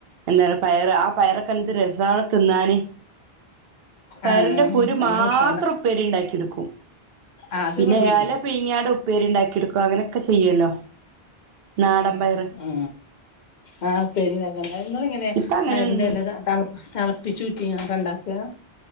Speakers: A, on the right; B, on the left.
A: എന്ത പയർ ആ പയറൊക്കെ എന്ത് രസാണ് തിന്നാന് പയറിന്റെ
B: ആഹ്
A: കുരു
B: നല്ല
A: മാത്രം
B: രസാണ്
A: ഉപ്പേരി ഇണ്ടാക്കി ഓ
B: ആഹ് അത്
A: പിന്നെ
B: ഇവടിണ്ട്
A: എല പിഴങ്ങിയാണ്ട് ഉപ്പേരുണ്ടാക്കി എടുക്കു അങ്ങനെക്കെ ചെയ്യല്ലോ നാടൻ
B: ആ
A: പയറ്
B: ആ ആ ഉപ്പേരി ഉണ്ടാക്കലുണ്ട് ഇങ്ങള് ഏങ്ങ്നെ
A: ഇപ്പൊ അങ്ങനെയൊന്നുല്ല
B: പയറിന്റെ എല തെള തെളപ്പിച്ചൂറ്റിക്കാണ്ട് ഉണ്ടക്ക